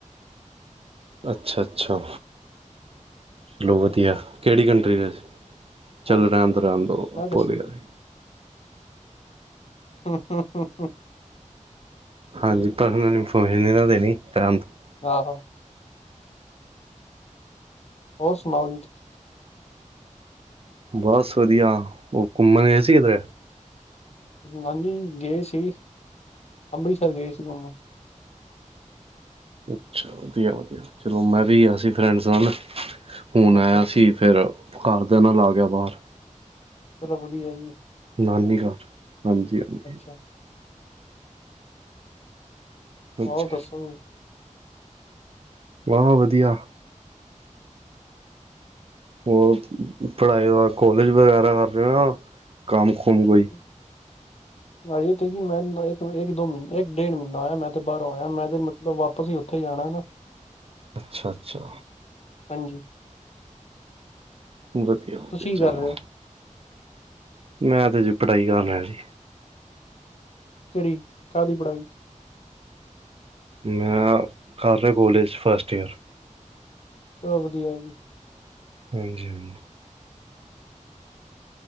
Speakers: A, on the right (about 45°); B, on the left (about 55°).
A: ਅੱਛਾ ਅੱਛਾ ਸ਼ਲੋ ਵਧੀਆ ਕਿਹੜੀ ਕੰਟਰੀ ਦੇ ਵਿੱਚ ਚੱਲੋ
B: ਹਾਂਜੀ
A: ਰਹਿਣ ਦੋ ਰਹਿਣ ਦੋ
B: ਮੈਂ ਦੱਸ
A: ਭੂਲ ਗਿਆ ਸੀ
B: ਹਾਂ ਹਾਂ ਹਾਂ ਹਾਂ
A: ਹਾਂਜੀ ਪਰ <unintelligible>
B: ਆਹੋ ਹੋਰ ਸੁਣਾਓ ਵੀਰ ਜੀ
A: ਬਸ ਵਧੀਆ ਉਹ ਘੁੰਮਣ ਗਏ ਸੀ ਕਿੱਧਰੇ
B: ਹਾਂਜੀ ਗਏ ਸੀ ਅੰਮ੍ਰਿਤਸਰ ਗਏ ਸੀ ਘੁੰਮਣ
A: ਅੱਛਾ ਵਧੀਆ ਵਧੀਆ ਚਲੋ ਮੈਂ ਵੀ ਗਿਆ ਸੀ ਫਰੈਂਡਸ ਨਾਲ ਫੋਨ
B: ਅੱਛਾ
A: ਆਇਆ
B: ਚਲੋ
A: ਸੀ ਫੇਰ ਘਰਦਿਆਂ ਨਾਲ ਆ ਗਿਆ ਬਾਹਰ
B: ਚਲੋ ਵਧੀਆ ਜੀ
A: ਨਾਨੀ ਘਰ ਹਾਂਜੀ ਹਾਂਜੀ
B: ਅੱਛਾ
A: ਹਾਂਜੀ
B: ਹੋਰ ਦੱਸੋ
A: ਬਾ ਵਧੀਆ ਉਹ ਪੜ੍ਹਾਈ ਦਾ ਕੋਲੇਜ ਵਗੈਰਾ ਕਰ ਰਹੇ ਹੋ ਯਾ ਕੰਮ ਕੁਮ ਕੋਈ
B: <inaudible> <unintelligible> ਇਕ ਦੋ ਮਹੀਨੇ ਇੱਕ ਡੇਢ ਮਹੀਨਾ ਹੋਇਆ ਮੈਂ ਤੇ ਬਾਹਰੋਂ ਆਇਆ ਮੈਂ ਤੇ ਬ ਵਾਪਸ ਹੀ ਉੱਥੇ ਜਾਣਾ ਵਾ
A: ਅੱਛਾ ਅੱਛਾ
B: ਹਾਂਜੀ
A: ਵਧੀਆ ਵਧੀਆ
B: ਤੁਸੀਂ ਕੀ
A: ਚਲੋ
B: ਕਰ ਰਹੇ ਹੋ
A: ਮੈਂ ਤੇ ਜੀ ਪੜ੍ਹਾਈ ਕਰ ਰਿਆਂ ਸੀ
B: ਕਿਹੜੀ ਚਾਹਦੀ ਪੜਾਈ ਚ
A: ਮੈਂ ਕਰ ਰਿਹਾ ਕੋਲੇਜ ਫਸਟ ਈਅਰ
B: ਚਲੋ ਵਧੀਆ ਹੈ ਜੀ
A: ਹਾਂਜੀ ਹਾਂਜੀ